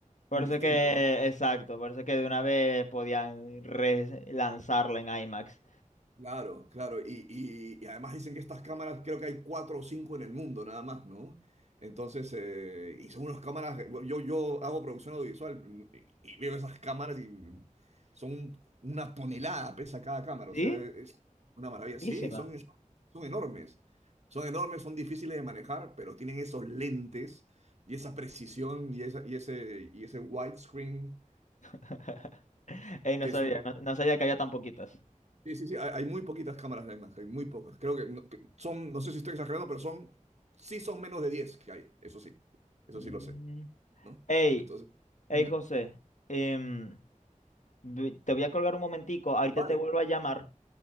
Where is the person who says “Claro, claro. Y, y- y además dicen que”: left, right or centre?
Right